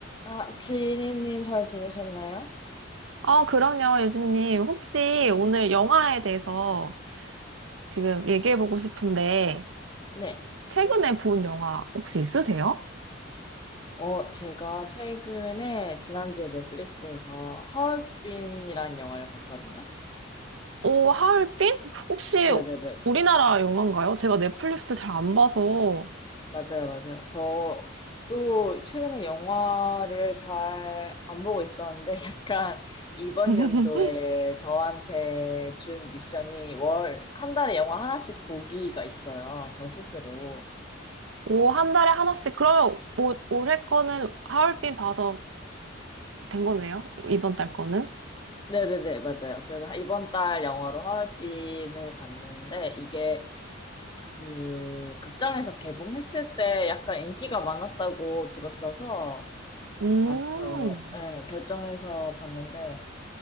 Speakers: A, on the left; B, on the right.
A: 아, 지니님 잘 지내셨나요?
B: 아, 그럼요, 유진님. 혹시 오늘 영화에 대해서 지금 얘기해보고 싶은데,
A: 네.
B: 최근에 본 영화 혹시 있으세요?
A: 어, 제가 최근에 지난주에 넷플릭스에서 하얼빈이라는 영화를 봤거든요.
B: 오, 하얼빈? 혹시
A: 네네네.
B: 우리나라 영화인가요? 제가 넷플릭스 잘 안 봐서.
A: 맞아요, 맞아요. 저 또 최근에 영화를 잘 안 보고 있었는데 <laughs> 약간 이번
B: <laughs>
A: 연도에 저한테 준 미션이 월, 한 달에 영화 하나씩 보기가 있어요. 저 스스로.
B: 오, 한 달에 하나씩. 그러면 오, 올해 거는 하얼빈 봐서 된 거네요? 이번 달 거는?
A: 네네네, 맞아요. 그래서 이번 달 영화로 하얼빈을 봤는데 이게 그 극장에서 개봉했을 때 약간 인기가 많았다고 들었어서
B: 음.
A: 봤어. 예, 결정해서 봤는데